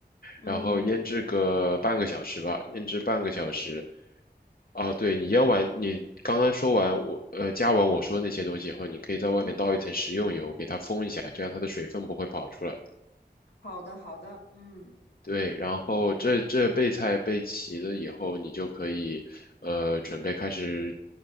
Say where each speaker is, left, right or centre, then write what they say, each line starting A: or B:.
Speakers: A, on the left; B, on the left.
A: 嗯
B: 然后腌制个半个小时吧，腌制半个小时。哦，对，你腌完，你刚刚说完我呃加完我说那些东西以后，你可以在外面倒一层食用油，
A: 嗯，
B: 给它封一下，这样它的水分不会跑出来。
A: 好的，好的，嗯。
B: 对，然后这这备菜备齐了以后，你就可以呃准备开始